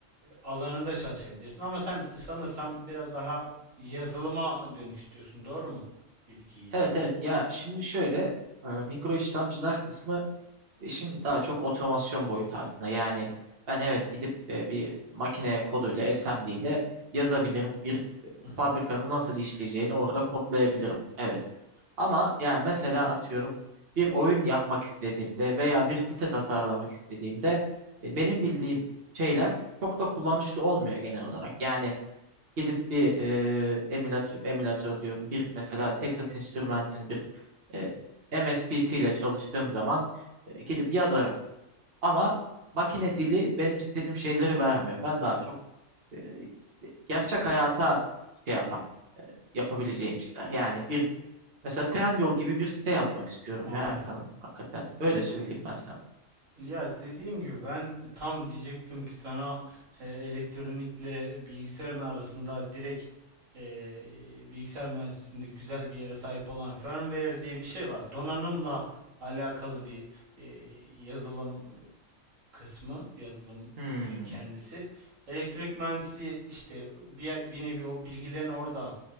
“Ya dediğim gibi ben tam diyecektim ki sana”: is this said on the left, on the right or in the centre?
Right